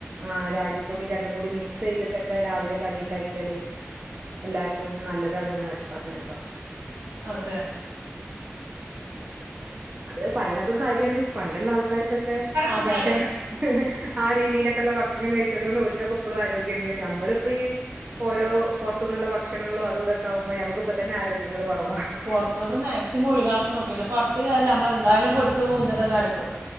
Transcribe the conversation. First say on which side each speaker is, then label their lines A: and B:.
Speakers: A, on the right; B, on the right.
A: ആ രാഗി പൊടി രണ്ടും കൂടി മിക്സ് ചെയ്തിട്ടൊക്കെ രാവിലെ കടി ഉണ്ടാക്കിയാല് എല്ലാർക്കും നല്ലതാണ് ന്നു എന്നപറഞ്ഞേക്കാം
B: അതെ
A: അത് പറയണതും കാര്യമാണ്! പണ്ടുള്ള ആൾക്കാർക്കൊക്കെ
B: അതെ
A: ഭക്ഷണം...
B: അതെ
A: ആ രീതിയിലൊക്കെയള്ള ഭക്ഷണം കഴിച്ചത് കൊണ്ട് ഓൽക്കൊക്കെ എപ്പോഴും ആരോഗ്യുണ്ട്! ഞമ്മളിപ്പോ ഈ... ഓരോ പുറത്തു നിന്നുള്ള ഭക്ഷണങ്ങളും അതും ഇതൊക്കെ ആകുമ്പോ ഞമ്മക്കിപ്പ തന്നെ ആരോഗ്യങ്ങൾ കുറവാ.. !
B: പുറത്തൂന്ന് മാക്സിമം ഒഴിവാക്കണം. പിന്നെ പറഞ്ഞിട്ട് കാര്യം ഇല്ല നമ്മൾ എന്തായാലും പെട്ടു പോവും ഇന്നത്തെ കാലത്ത്.. !